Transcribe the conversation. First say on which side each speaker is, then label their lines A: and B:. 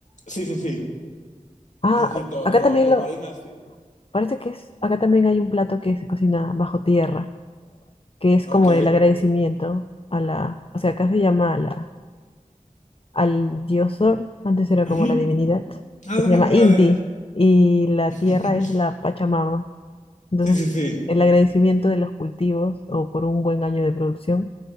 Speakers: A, on the left; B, on the left.
A: Sí, sí, sí,
B: Ah,
A: rojito,
B: acá
A: lo,
B: también
A: lo
B: lo,
A: marinas, sí.
B: parece que es, acá también hay un plato que se cocina bajo tierra, que es
A: ok.
B: como el agradecimiento a la, o sea, acá se llama a la, al dios sol, antes era
A: Ujú,
B: como la divinidad,
A: A
B: que
A: lo
B: se
A: mejor
B: llama Inti,
A: ha de...
B: y la
A: <laughs>
B: tierra es la Pachamama. Entonces,
A: Sí, sí, sí.
B: el agradecimiento de los cultivos o por un buen año de producción,